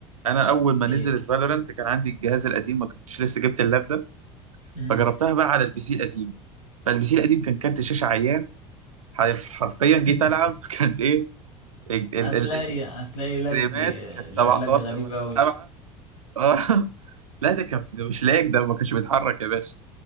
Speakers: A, on the right; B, on the left.
A: أنا أول ما نزلت
B: ايه
A: فالورنت كان عندي الجهاز القديم ما كنتش لسه جبت اللاب ده
B: امم
A: فجربتها بقى على البي سي القديم فالبي سي القديم كان كارت شاشة عيان حرف- حرفيا جيت
B: <laughs>
A: ألعب <laughs> كانت إيه ال- ال-
B: هتلاقي
A: ال-
B: هتلاقي لج
A: الفريمات كانت
B: لج
A: 17
B: غريب
A: ولا
B: أوي
A: 7 اه <laughs> لا ده كان ده مش لايق ده ما كانش بيتحرك يا باشا